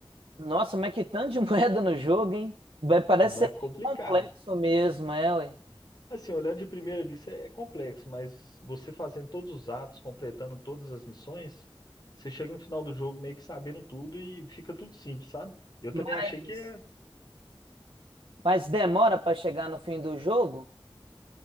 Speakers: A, on the right; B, on the left.
A: Nossa, mas que tanto de <laughs> moeda no jogo, hein? Vai- Parece
B: Não
A: ser
B: é complicado.
A: bem complexo mesmo, é, ué.
B: Assim, olhando de primeira vista é é complexo, mas você fazendo todos os atos, completando todas as missões, você chega no final do jogo meio que sabendo tudo e fica tudo simples, sabe? Eu
A: Mas,
B: também achei que é
A: mas demora para chegar no fim do jogo?